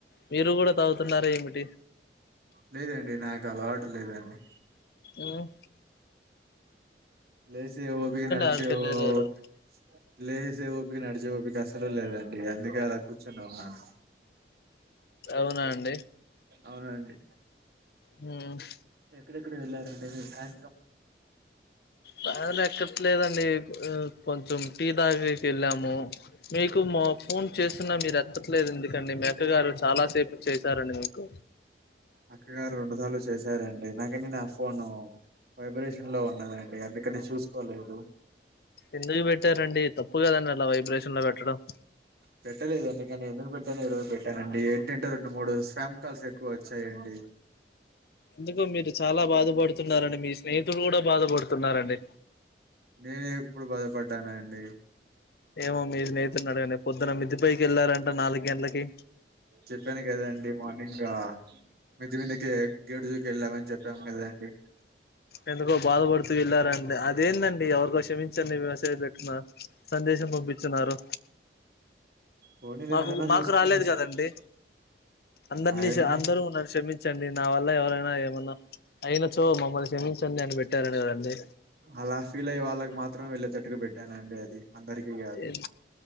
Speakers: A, on the left; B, on the right.
A: మీరు కూడా తాగుతున్నార ఏమిటి
B: లేదండి నాకు అలవాటు లేదండి
A: ఉమ్
B: లేేసే ఓపిక నడిచే
A: ఆడికెళ్ళారు
B: ఓపిక్ లేసే ఓపిక నడిచే ఓపిక అస్సలు లేదండి అందుకే అలా కుచ్ చొనున్నాను
A: అవునా అండి
B: అవునండి
A: హ్మ్
B: ఎక్కడెక్కడకి వెళ్ళారండి మీరు సాయంత్రం
A: <unintelligible> ఎక్కట్లేదండి కొంచం టీ దాగేకి ఎళ్ళాము మీకు మా ఫోన్ చేస్తున్నా మీరు ఎత్తట్లేదు ఎందుకండి మీ అక్క గారు చాలాసేపు చేశారండి మీకు
B: అక్కగారు రెండు సార్లు చేసారండి నాకేమో నా ఫోను వైబ్రేషన్ లో ఉన్నదండి అందుకనె చూసుకోలేదు
A: ఎందుకు పెట్టారండి తప్పు కదండి అలా వైబ్రేషన్ లో పెట్టడం
B: పెట్టలేదండి కనీ ఎందుకు పెట్టానో ఈ రోజు పెట్టానండి ఏంటంటే రెండు మూడు స్పామ్ కాల్స్ ఎక్కువచ్ చేయండి
A: ఎందుకొ మీరు చాలా బాధపడుతున్నారని మీ స్నేహితులు కూడా బాధపడుతున్నారండి
B: నేనెప్పుడు బాధపడ్డానండి
A: ఏమో మీ స్నేహితున్నడగండి పొద్దున్న మిద్దె పైకెళ్ళారంట నాలుగు గంటలకి
B: చెప్పాను కదండి మార్నింగ్ మిద్దెమీదకి గేట్ దూకి ఎళ్ళామని చెప్పాం కదండి
A: ఎందుకో బాధపడుతూ ఎళ్ళరండి అదేందండి ఎవరికో క్షమించండి మెసేజ్ పెట్టినా సందేశం పంపిచ్చున్నారు
B: పోనీలే
A: మాకు
B: ఏదైనా
A: మాకు
B: చూసుకొని
A: రాలేదు కదండి అందరినీ
B: అయన్ని
A: ష అందరూ నన్ను క్షమించ్ చ్చండి నా వల్ల ఎవరైనా ఏమన్నా అయిన చో మమ్మల్ని క్షమించండి అని పెట్టారన కదండి.
B: అలా ఫీల్ అయ్యే వాళ్ళకి మాత్రమే వెళ్ళేటట్టుగా పెట్టానండి అది అందరికి. కాదు
A: ఏం.